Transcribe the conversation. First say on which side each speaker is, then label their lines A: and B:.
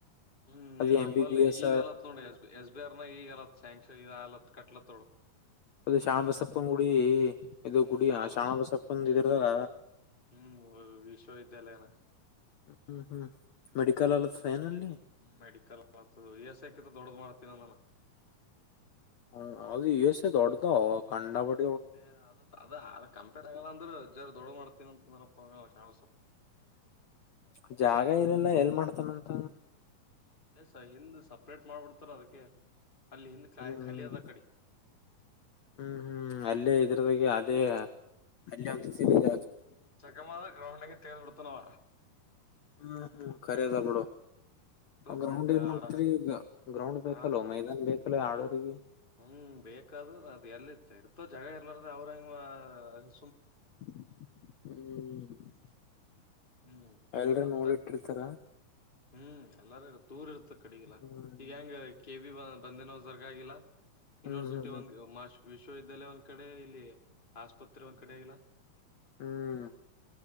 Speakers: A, on the left; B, on the left.
A: ಹ್ಮ್ ಇಲ್ಲಿ
B: ಅದ
A: ಲಂಬಲ್
B: ಎಂ ಬಿ ಬಿ ಎಸ್
A: ಈಗ ಆಲತ್ ನೋಡಿ ಎಸ್ ಎಸ್ ಬಿ ಆರ್ ನಾಗ ಈಗಲತ್ ಸ್ಯಾಂಕ್ಷನ್ ಇದ ಆಲತ್ ಕಟ್ಲತ್ತೋಳ
B: ಅದು ಶಾಣಬಸಪ್ಪನ ಗುಡಿ ಇದು
A: ಹ್ಮ್
B: ಗುಡಿ
A: ಶಾಣ ಬಸ್
B: ಶಾಣಬಸಪ್ಪನ್ ಇದರ್ದಾಗ
A: ಹ್ಮ್ ವಿಶ್ವವಿದ್ಯಾಲಯನ
B: ಹ್ಮ್ ಹ್ಮ್ ಮೆಡಿಕಲ್ ಅಲ್ ಪ್ಯನಲ್ಲಿ
A: ಹ್ಮ ಮೆಡಿಕಲ್ ಮಾಡತದ ಎಸಕಿ ದೊಡ್ಡ್ದ ಮಾಡ್ತೀನ ನಾನ
B: ಹ ಅದು ಇಸೆ ದೊರ್ದ ಕಾಂಡಪಟ್ಟ
A: ಏ ಅದ ಅದ ಅ ಕಂಪೇರ್ ಆಗಲ್ಲ ಅಂದ್ರರು ದೊಡ್ಡ ಮಾಡ್ತೀನ ಅಂತ ನನಪ ಶಸ
B: ಹ್ಮ್ ಜಾಗ ಇಲ್ಲಲ್ಲ ಎಲ್ ಮಾಡ್ತಾನಂತ
A: ಸ ಹಿಂದ ಸಪ್ರೇಟ್ ಮಾಡ್ಬಿಡ್ತಾರ ಅದಕ್ಕೆ ಅಲ್ಲಿ ಹಿಂದ್
B: ಹ್ಮ್ ಹ್ಮ್
A: ಖಾಲಿ ಅದ ಕಡೆ
B: ಹ್ಮ್ ಹ್ಮ್ ಅಲ್ಲೇ ಇದ್ರದಾಗ ಅದೇ ಅಲ್ಲಿ ಒಂದು ಸಿರಿಿಲ್ಲ
A: ಚಗಮದ ಗ್ರಹಣಕ್ಕೆ ತೇಳ್ ಬಿಿಡ್ <unintelligible> ಉತ್ತನವ
B: ಹ್ಮ್ ಹ್ಮ್ ಖರದ ಬಿಡು ಗ್ರೌಂಡ್
A: ಪಿಂಡ್
B: ಏನ್ ಮಾಡತರಿ
A: ಆಡ
B: ಗ್ರೌಂಡ್ ಬೇಕಲ್ವ
A: ಆ
B: ಮೈದಾನ ಬೇಕ ಕ ಆಡರಿಗೆ
A: ಹ್ಮ್ ಬೇಕಾದದು ಅದು ಎಲ್ಲಿ ಇರ್ತೋ ಜಾಗ ಇಲ್ಲಾರ ಅವ್ರ ಹೆ
B: ಹ್ಮ್
A: ಹ್ಮ್
B: ಎಲ್ರ
A: ಮತ್ತ
B: ನೋಡಿಟ್ಟಿರ್ತಾರ
A: ಹ್ಮ್ ಎಲ್ಲಾರ ದೂರ್ ಇರ್ ಕಡಿಗಿಲ್ಲ
B: ಹ್ಮ್ ಹ್ಮ್
A: ಈಗ ಹೆಂಗ ಕೆ ಬಿ ಬಂದೇ ನೋ ಜರಗ ಆಾಗಿಲ್ಲ ಯುನಿವರ್ಸಿಟಿ
B: ಹ್ಮ್ ಹ್ಮ್
A: ಒಂದು ಮಾಷ ವಿಶ್ವವಿದ್ಯಾಲಯ ಒಂದ್ ಕಡೆ ಇಲ್ಲಿ ಆಸ್ಪತ್ರೆ ಒಂದ್ ಕಡೆ ಆಗಿಲ್ಲ
B: ಹ್ಮ್